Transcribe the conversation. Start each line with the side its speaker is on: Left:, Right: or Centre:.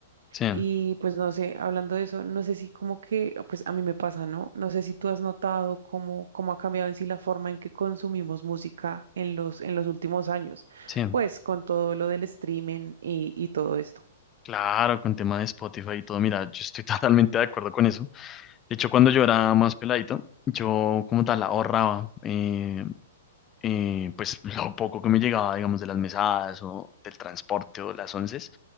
Left: Sí,
Right: Y pues no sé, hablando de eso, no sé si como que, pues a mí me pasa, ¿no? No sé si tú has notado cómo, cómo ha cambiado en sí la forma en que consumimos música en los, en los últimos años,
Left: sí.
Right: pues con todo lo del streaming y, y todo esto.
Left: Claro, con tema de Spotify y todo, mira, yo estoy <laughs> totalmente de acuerdo con eso. De hecho, cuando yo era más peladito, yo como tal ahorraba. Eh, eh, pues <laughs> lo poco que me llegaba, digamos, de las mesadas o del transporte o las onces,